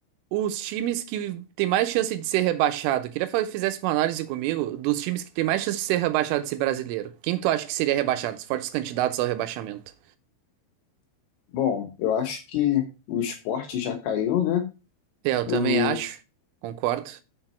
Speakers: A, on the right; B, on the left.
A: Os times que tem mais chance de ser rebaixado, queria fa- fizesse uma análise comigo dos times que tem mais chance de ser rebaixado desse brasileiro. Quem tu acha que seria rebaixado? Os fortes candidatos ao rebaixamento.
B: Bom, eu acho que o esporte já caiu, né?
A: É, Eu também
B: Hum,
A: acho, concordo.